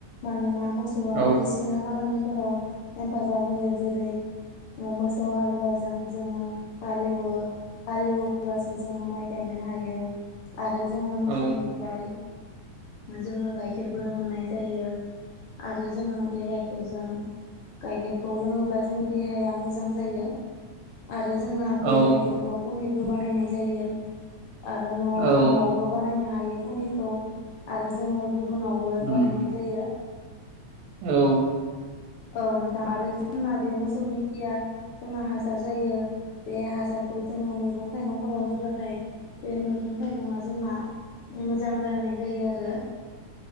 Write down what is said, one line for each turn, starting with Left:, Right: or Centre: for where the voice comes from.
Left: मानोना मोसौआ
Right: औ
Left: बायदिसिना खामानिफोराव हेफाजाब होयो जेरै मोसौ हालुवाजों जोङो हालेवो। हालेवब्लासो जोङो माइ गायनो हायो आरो जोङो मोसौ
Right: औ
Left: फ्राय जोङो गाइखेरबो मोननाय जायो आरो जोङो बे गाइखेर गाइखेरजों गाइखेरखौ लोङोब्ला जोंनि देहाया मोजां जायो। आरो जोंना
Right: औ
Left: बे गाइखेरखौ पनिरबो बानायनाय जायो आरो न'
Right: औ
Left: न'आव बो बानायनो हायो पनिरखौ आरो जोङो गुबुनावबो
Right: उम
Left: बानायनाय जायो।
Right: औ
Left: औ नोंथां आरो जोंना बे मोसौनि खिया जोंना हासार जायो बे हासार खौ जोङो मैगं थाइगंफोराव होब्लाथाय बे मैगं थाइगङा जोंना मोजां जानाय जायो आरो।